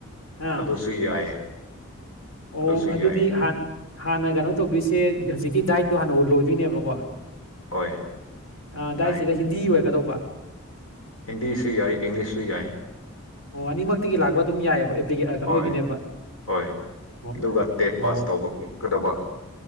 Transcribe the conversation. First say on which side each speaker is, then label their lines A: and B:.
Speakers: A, on the left; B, on the left.
A: ꯑꯥ
B: ꯑꯗꯨꯁꯨ ꯌꯥꯏ
A: ꯑꯣ
B: ꯑꯗꯨꯁꯨ
A: ꯑꯗꯨꯗꯤꯥꯟ
B: ꯌꯥꯏ
A: ꯍꯥꯟꯅ ꯀꯩꯅꯣ ꯇꯧꯗꯣꯏꯁꯦ ꯍꯧꯖꯤꯛ ꯀ ꯗꯥꯏꯠꯇꯣ ꯍꯥꯟꯅ ꯂꯣꯏꯗꯣꯏꯅꯦꯕꯀꯣ
B: ꯍꯣꯏ
A: ꯑ
B: ꯗꯥꯏꯠ
A: ꯗꯥꯏꯠꯁꯤꯗ ꯍꯤꯟꯗꯤ ꯑꯣꯏꯔꯛꯀꯗꯧꯕ
B: ꯍꯤꯟꯗꯤꯁꯨ ꯌꯥꯏ ꯏꯪꯂꯤꯁꯁꯨ ꯌꯥꯏ
A: ꯑꯣ ꯑꯅꯤꯃꯛꯇꯒꯤ ꯂꯥꯛꯄ ꯑꯗꯨꯝ ꯌꯥꯏꯑꯕ ꯤ ꯀꯩꯅꯣ
B: ꯍꯣꯏ
A: ꯑꯣꯏꯗꯤꯣꯏꯅꯦꯕ
B: ꯍꯣꯏ
A: ꯑꯣ
B: ꯑꯗꯨꯒ ꯇꯦꯠ
A: ꯑꯣ
B: ꯄꯥꯁ ꯇꯧꯒꯗꯕ